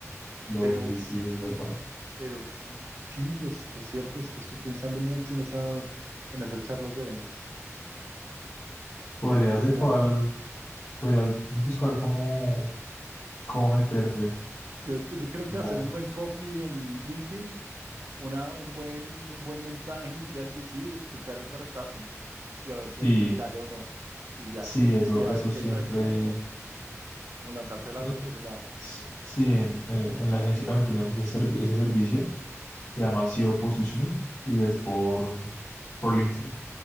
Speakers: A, on the left; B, on the right.
A: Lo
B: Pero,
A: vendes, sí, es verdad.
B: pero sí, sí, los- lo cierto es que estoy pensando mucho en esa, en esas charlas de ventas.
A: Podrías
B: Demasiado.
A: igual, podrías buscar cómo, cómo meterte.
B: Yo cre- creo que
A: como-
B: hacer un buen copy en LinkedIn, una, un buen, un buen mensaje inicial, decir, explicar el carretazo y a ver si
A: Y
B: alguien le cale o no. Y ya
A: sí,
B: con eso
A: eso,
B: sí, a
A: eso
B: ver si
A: siempre.
B: hay tracción o no. Como lanzarse el
A: no-
B: agua por ese lado.
A: Sí, sí, en, eh, en la agencia también tenemos ese, servi- ese servicio. Se llama SEO Positioning y es por, por LinkedIn.